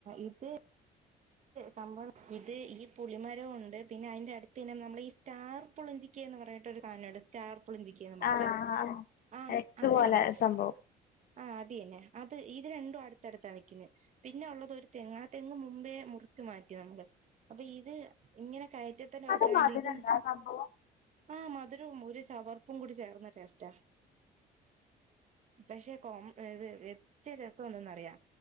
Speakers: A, on the right (about 45°); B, on the left (about 60°).
A: ഇത് സംഭവം ഇത് ഈ പുളിമരവും ഉണ്ട് പിന്നെ അതിന്റെ അടുത്ത് ഇങ്ങനെ നമ്മൾ സ്റ്റാർ പുളിഞ്ചിക്ക എന്ന് പറഞ്ഞട്ടൊ ഒരു സാധനുണ്ട് സ്റ്റാർ- പുളിഞ്ചിക്ക എന്ന് പറഞ്ഞട്ട്
B: ആഹ് ആഹ്
A: ആ
B: എക്സ്
A: അതുകൊണ്ട്-
B: പോലെ ഒരു സംഭവം
A: ആ അതിന്നെ അത് ഇത് രണ്ടും അടുത്തടുത്താണ് വെക്കുന്നത് പിന്നെ ഉള്ളത് ഒരു തെങ്ങ് ആ തെങ്ങ് മുമ്പേ മുറിച്ചു മാറ്റി നമ്മള് അപ്പോ ഇത് ഇങ്ങനെ കയറ്റത്തിൻറെ അവിടെ
B: അതും
A: തന്നെ
B: അതിലുണ്ടാ
A: ആയോണ്ട്
B: ആ സംഭവം
A: ആഹ് മധുരവും ഒരു ചവർപ്പും കൂടി ചേർന്ന ടേസ്റ്റാ പക്ഷെ കോം. ഇത് വ്യത്യ രസംന്താണെന്നറിയാം